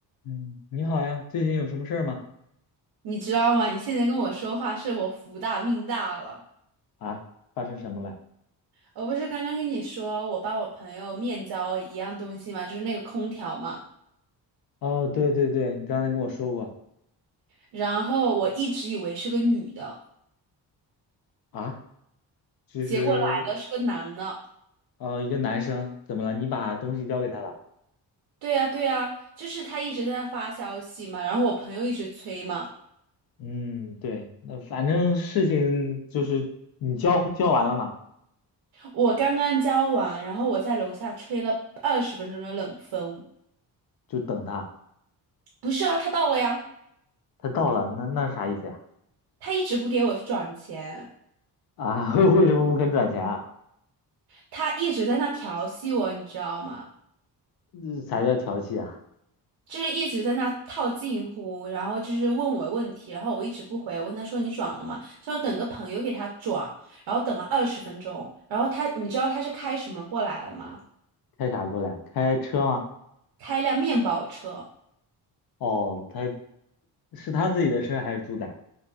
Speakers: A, on the left; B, on the right.
A: 嗯，你好呀，最近有什么事儿吗？
B: 你知道吗？你现在跟我说话，是我福大命大了。
A: 啊，发生什么了？
B: 我不是刚刚跟你说，我帮我朋友面交一样东西嘛，就是那个空调嘛。
A: 哦，对对对，你刚才跟我说过，
B: 然后我一直以为是个女的，
A: 啊，就是
B: 结果来了是个男的。
A: 呃，一个男生怎么了？你把东西交给他了？
B: 对呀，对呀，就是他一直在那发消息嘛，然后我朋友一直催嘛。
A: 嗯，对，那反正事情就是你交交完了嘛，
B: 我刚刚交完，然后我在楼下吹了二十分钟的冷风。
A: 就等他，
B: 不是啊，他到了呀，
A: 他到了，那那是啥意思呀？
B: 他一直不给我转钱，
A: 啊，<laughs> 为什么不肯转钱啊？
B: 他一直在那调戏我，你知道吗？
A: 这啥叫调戏啊？
B: 就是一直在那套近乎，然后就是问我问题，然后我一直不回，我问他说你转了吗？就要等个朋友给他转，然后等了二十分钟，然后他你知道他是开什么过来了吗？
A: 开啥过来？开车吗？
B: 开一辆面包车，
A: 哦，他是他自己的车还是租的？